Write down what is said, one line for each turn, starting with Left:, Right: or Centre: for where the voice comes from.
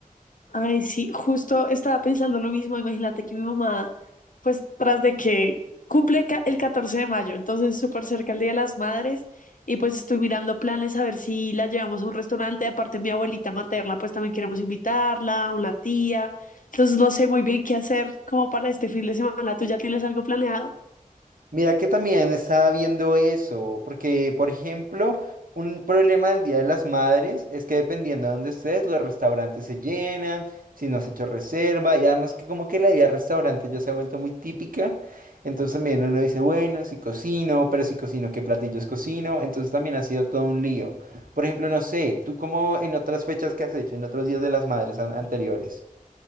Left: Ay, sí, justo estaba pensando lo mismo. Imagínate que mi mamá, pues tras de que cumple ca- el 14 de mayo, entonces súper cerca el Día de las Madres, y pues estoy mirando planes a ver si la llevamos a un restaurante. Aparte, mi abuelita materna, pues también queremos invitarla, una tía. Entonces no sé muy bien qué hacer como para este fin de semana. ¿Tú ya tienes algo planeado?
Right: Mira que también estaba viendo eso, porque por ejemplo, un problema del Día de las Madres es que dependiendo de dónde estés, los restaurantes se llenan, si no has hecho reserva, y además que como que la idea de restaurante ya se ha vuelto muy típica, entonces también uno dice, bueno, si cocino, pero si cocino, ¿qué platillos cocino? Entonces también ha sido todo un lío. Por ejemplo, no sé, ¿tú cómo en otras fechas que has hecho, en otros días de las madres an- anteriores?